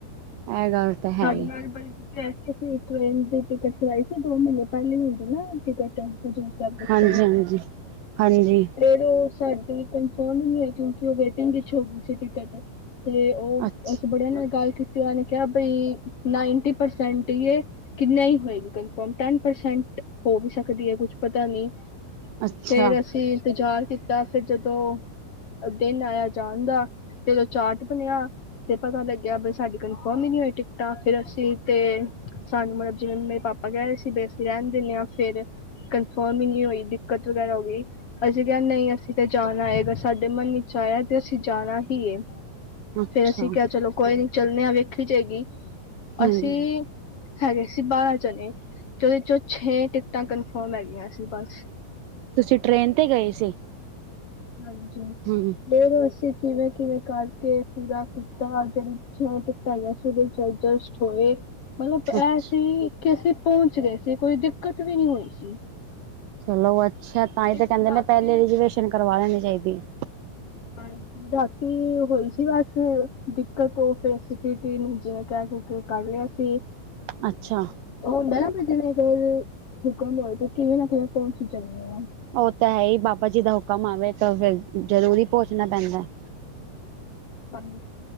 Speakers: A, on the right; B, on the left.
A: ਇਹ ਗੱਲ ਤਾਂ ਹੈ
B: ਸਾਡੇ
A: ਹੀ
B: ਨਾਲ ਬੜੇ <unintelligible> ਟਿਕਟ ਕਰਵਾਈ ਸੀ ਦੋ ਮਹੀਨੇ ਪਹਿਲੇ ਹੁੰਦੀ ਨਾ ਟਿਕਟ ਹਜੂਰ ਸਾਹਿਬ ਵਾਸਤੇ
A: ਹਾਂਜੀ ਹਾਂਜੀ
B: ਫਿਰ
A: ਹਾਂਜੀ
B: ਉਹ ਸਾਡੀ ਕਨਫਰਮ ਨਹੀਂ ਹੋਈ ਕਿਉਂਕਿ ਉਹੇ ਹੋ ਗਈ ਸੀ ਟਿਕਟ ਤੇ ਉਹ
A: ਅੱਛਾ
B: ਅਸੀਂ ਬੜਿਆਂ ਨਾਲ ਗੱਲ ਕੀਤੀ ਨੇ ਕਿਹਾ ਬਈ ਨਾਈਨਟੀ ਪਰਸੈਂਟ ਹੀਏ ਕਿ ਨਹੀਂ ਹੋਏਗੀ ਕਨਫਰਮ ਟੇਂਨ ਪਰਸੈਂਟ ਹੋ ਵੀ ਸਕਦੀ ਹੈ ਕੁੱਛ ਪਤਾ ਨੀ
A: ਅੱਛਾ
B: ਫੇਰ ਅਸੀਂ ਇੰਤਜ਼ਾਰ ਕੀਤਾ ਫਿਰ ਜਦੋਂ ਦਿਨ ਆਇਆ ਜਾਣ ਦਾ ਜਦੋਂ ਚਾਟ ਬਣਿਆ। ਤੇ ਪਤਾ ਲੱਗਿਆ ਬ ਸਾਡੀ ਕਨਫਰਮ ਹੀ ਨਹੀਂ ਹੋਈ ਟਿਕਟਾਂ ਫੇਰ ਅਸੀਂ ਤੇ ਸਾਨੂੰ ਮਤਲਬ ਜਿਵੇਂ ਮੇਰੇ ਪਾ ਆਪਾਂ ਕਹਿਦੇ ਸੀ ਬੇਸੀ ਰਹਿੰਣ ਦਿੰਦੇ ਹਾਂ ਫੇਰ ਕਨਫਰਮ ਹੀ ਨਹੀਂ ਹੋਈ। ਦਿੱਕਤ ਵਗੈਰਾ ਹੋ ਗਈ ਅਸੀਂ ਕਿਹਾ ਨਹੀਂ ਅਸੀਂ ਤਾਂ ਜਾਣਾ ਹੈਏ ਅਗਰ ਸਾਡੇ ਮਨ ਵਿੱਚ ਆਇਆ ਤੇ ਅਸੀਂ ਜਾਣਾ। ਹੀ ਏ।
A: ਅੱਛਾ
B: ਫੇਰ ਅਸੀਂ ਕਿਹਾ ਚਲੋ ਕੋਈ ਨੀ ਚੱਲੇ ਹਾਂ ਵੇਖੀ ਜਾਏਗੀ
A: ਹੂੰ
B: ਅਸੀਂ ਹੈਗੇ ਸੀ ਬਾਰਾਂ ਜਾਣੇ ਤੇ ਉਹਦੇ 'ਚੋਂ ਛੇ ਟਿਕਟਾਂ ਕਨਫਰਮ ਹੈਗੀਆਂ ਸੀ ਬਸ
A: ਤੁਸੀਂ ਟ੍ਰੇਨ ਤੇ ਗਏ ਸੀ।
B: ਹਾਂਜੀ
A: ਹੂੰ
B: ਫੇਰ ਅਸੀ ਕਿਵੇਂ -ਕਿਵੇਂ ਕਰਕੇ ਪੂਰਾ ਕੀਤਾ ਜਿਵੇਂ ਟਿਕਟ ਹੋਈਆ ਸੀ ਅਰਜਸਟ ਹੋਏ। ਮਤਲਬ ਇਹ
A: ਅੱਛਾ
B: ਸੀ ਕਿ ਅਸੀਂ ਪਹੁੰਚ ਗਏ ਸੀ ਕੋਈ ਦਿੱਕਤ ਵੀ ਨਹੀਂ ਹੋਣੀ ਸੀ।
A: ਚਲੋ ਅੱਛਾ ਤਾਂ
B: ਸਿਰਫ
A: ਹੀ ਤਾਂ ਕਹਿੰਦੇ
B: ਰਾਤੀ
A: ਨੇ ਪਹਿਲੇ ਰਿਜਵੇਸ਼ਨ ਕਰਵਾ ਲੈਣੀ ਚਾਹੀਦੀ ਹੈ।
B: ਹਾਂਜੀ ਬਾਕੀ ਹੋਈ ਸੀ ਬਸ ਦਿੱਕਤ ਉਹ ਸੀ ਨੂੰ ਜਿਵੇਂ ਕਹਿ ਕਿ ਕਰ ਲਿਆ ਸੀ
A: ਅੱਛਾ
B: ਉਹ ਹੁੰਦਾ ਨਾ ਜਿਵੇਂ ਅਰ ਹੁਕਮ ਹੋਏ ਤਾਂ ਕਿਵੇਂ ਨਾ ਕਿਵੇ ਪਹੁੰਚ ਹੀ ਜਾਂਨੇ ਅ।
A: ਉਹ ਤਾਂ ਹੈ ਹੀ ਬਾਬਾ ਜੀ ਦਾ ਹੁਕਮ ਆਵੇ ਤਾਂ ਫਿਰ ਜਰੂੂਰ ਹੀ ਪੋਚਣਾ ਪੈਂਦਾ। <inaudible>
B: ਮਨ